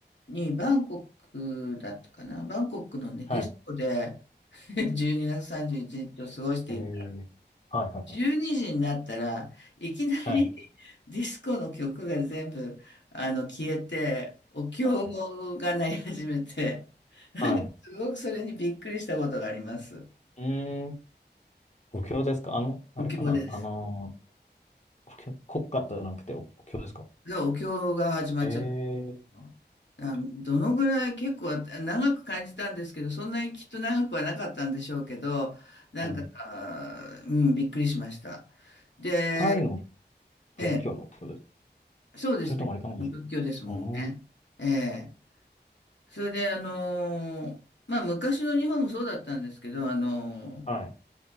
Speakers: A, on the left; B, on the left.
A: に、バンコクだったかな。バンコクのね、ディスコで
B: はい。
A: <laughs> 12月31日を過ごしていた。
B: えー、はい、はい、
A: 12時にじになったらいきなり
B: はい。はい、
A: <laughs> ディスコの曲が全部、あの、消えて、お経
B: はい。
A: が鳴り始めて、なんか、
B: はい。
A: すごくそれにびっくりしたことがあります。
B: うーん、お経ですかあの、あれかなあの、
A: お経です。
B: 補強国家じゃなくておお経ですか
A: じゃあ、お経が始まっちゃった
B: ええ
A: のかな。あ、どのぐらい結構あ長く感じたんですけど、そんなにきっと長くはなかったんでしょうけど、なんか、
B: うん。
A: あーうん、びっくりしました。で、
B: タイの仏教のお経ですか
A: ええ、そうですね。
B: それともあれかな
A: 仏教ですもんね。
B: うん。
A: ええ。それで、あのーまあ、昔の日本もそうだったんですけど、あのー
B: はい。